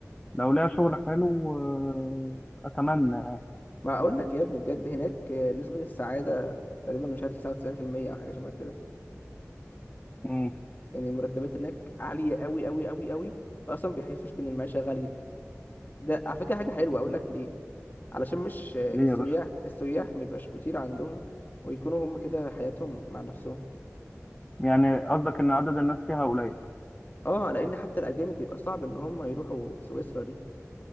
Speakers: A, on the left; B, on the left.
A: لو ليها شغل حلو آه، اتمنى يعني
B: ما اقول لك يا ابني بجد هناك آه، نسبه السعاده تقريبا مش عارف 99% او حاجه شبه كده
A: امم
B: يعني المرتبات هناك عاليه قوي قوي قوي قوي فاصلا بيحسوش بان المعيشه غاليه ده على فكره حاجه حلوه اقول لك ليه علشان مش السياح
A: ليه يا باشا
B: السياح ميبقاش كتير عندهم ويكونوا هم كده حياتهم مع نفسهم
A: يعني قصدك ان عدد الناس فيها قليل
B: اه لان حتى الاجانب بيبقى صعب ان هم يروحوا سويسرا دي